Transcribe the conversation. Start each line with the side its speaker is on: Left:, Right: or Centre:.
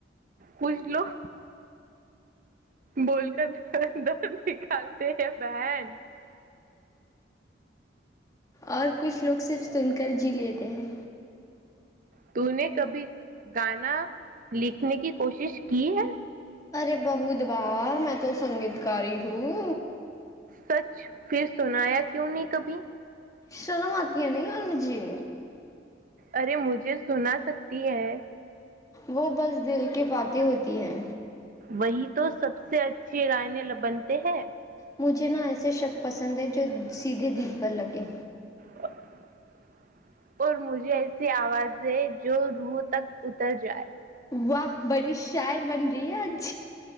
Right: کچھ لوگ بول کر د د نکالتے ہیں بہن
Left: اور کچھ لوگ صرف سن کر جی لیتے ہیں
Right: ت نے کبھی گانا لکھنے کی کوشش کی ہے
Left: ارے بہ د بار میں تو سنگیتکاری ہوں
Right: سچ پھر سنایا کیوں نہیں کبھی
Left: شرم آتی ہے نہیں اورار مجھھیے
Right: ارے مجھے سنا سکتی ہے
Left: وہ بس دل کی باتیں ہوتی ہیں
Right: وہی تو سب سے اچھی رائنے بنتے ہیں
Left: مجھے نہ ایسے شکص پسند ہے جو سیدھے دل پر لگے
Right: ہ <unintelligible> اور مجھے ایسی آواز زے جو روح تک اتر جائے <unintelligible>
Left: واہ <unintelligible> بڑی شہر بن رہی ہے اج